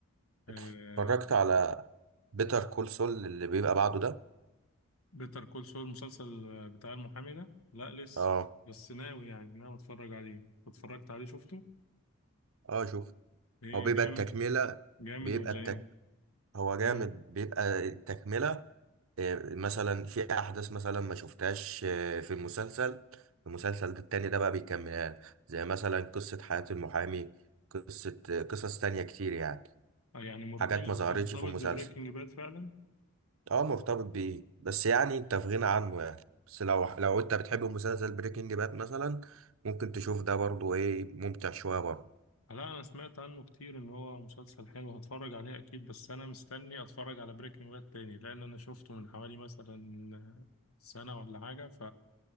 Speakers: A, on the left; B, on the right.
A: آه
B: اتفرجت على بيتر كول سول اللي بيبقى بعده ده
A: بيتر كول سول المسلسل بتاع المحامي ده لا لسه
B: اه
A: بس ناوي يعني ناوي اتفرج عليه اتفرجت عليه شفته
B: اه شوف
A: ايه
B: هو بيبقى
A: جامد
B: التكملة
A: جامد
B: بيبقى
A: ولا
B: التك
A: ايه
B: هو جامد
A: مم.
B: بيبقى التكملة آه، مثلا في احداث مثلا ما شفتهاش آه، في المسلسل المسلسل ده التاني ده بقى بيكملها زي مثلا قصة حياة المحامي قصة آه، قصص تانية كتير يعني
A: آه، يعني مرتبط
B: حاجات ما ظهرتش
A: مرتبط
B: في المسلسل
A: ببريكنج باد فعلا
B: اه مرتبط بيه بس يعني انت في غنى عنه يعني بس لو لو انت بتحب مسلسل بريكنج باد مثلا ممكن تشوف ده برضو ايه ممتع شويه برضو
A: لا انا سمعت عنه كتير ان هو مسلسل حلو هتفرج عليه اكيد بس انا مستني اتفرج على بريكنج باد تاني لان انا شفته من حوالي مثلا سنة ولا حاجة